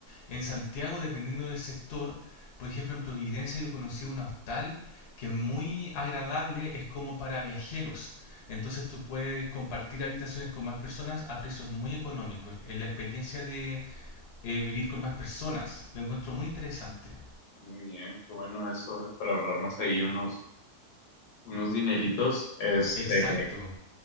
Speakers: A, on the left; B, on the left.
A: En Santiago, dependiendo del sector, por ejemplo, en Providencia yo conocí un hostal que es muy agradable, es como para viajeros. Entonces tú puedes compartir habitaciones con más personas a precios muy económicos. Es la experiencia de eh, vivir con más personas. Lo encuentro muy interesante.
B: Muy bien, qué bueno eso, eh, para ahorrarnos ahí unos, unos dineritos. Este,
A: Exacto.